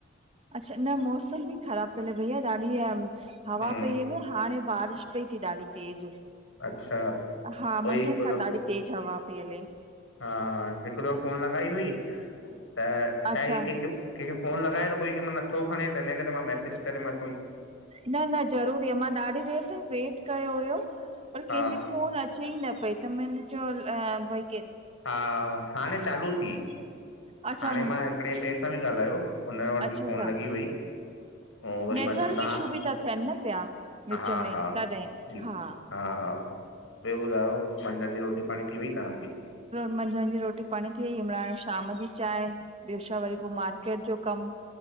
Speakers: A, on the right (about 30°); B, on the left (about 85°).
A: अच्छा न मौसम बि ख़राब थो हले भईया ॾाढी हवा
B: हम्म
A: पई हले हाणे बारिश पई थे ॾाढी तेज।
B: अच्छा
A: हा
B: कोई
A: मंझन
B: हिकु
A: खां
B: दफ़ो
A: ॾाढी तेज हवा पी हले।
B: हा हा हिक दफ़ो फोन लॻाई हुई त छाहे
A: अच्छा,
B: कंहिंखे कंहिंखे फोन लॻाए त कोई कंहिं महिल नथो खणे त हिन करे मां मैसेज करे मां चम।
A: न न ज़रूरी आ मां ॾाढी देर ताईं वेट कयो हुयो पर
B: हा
A: कंहिंजी फोन अच अच‌ई न पई त मैने चयो अ भई के
B: हा हाणे चालू थी।
A: अच्छा
B: हाणे मां हिकिड़े ॿिए सां बि ॻाल्हायो हुन वटि
A: अच्छा
B: बि फ़ोन
A: अच्छा
B: लगॻी वई। ऐं वरी
A: नेटवर्क
B: मां चयुमि तव्हां
A: इश्यू बि त, थेयन न प्या, विच
B: हा
A: में,
B: हा
A: तॾएं‌।
B: जी
A: हा।
B: हा हा ॿ्यो ॿुधायो, मंझंन जी रोटी पाणी थी वई तहांजी?
A: मंझंन जी रोटी पाणी थी वई, हाणे शाम जी चांयं। ॿ्यो छा वरी पो मार्केट जो कम।